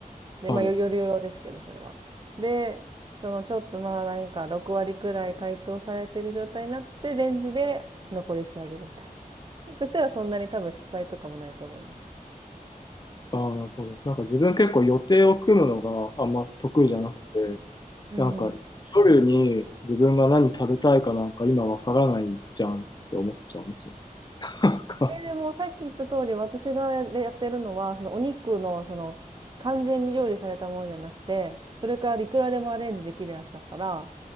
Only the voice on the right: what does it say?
で、
まあ夜夜用ですけど、それは。で、そのちょっとまあなんか6割くらい解凍されてる状態になって、レンジで残り仕上げるみたいな。そしたらそんなに多分失敗とかもないと思います。
うんうん。
え、でもさっき言った通り、私がややってるのは、そのお肉の、その、完全に料理されたものじゃなくて、それからいくらでもアレンジできるやつだから、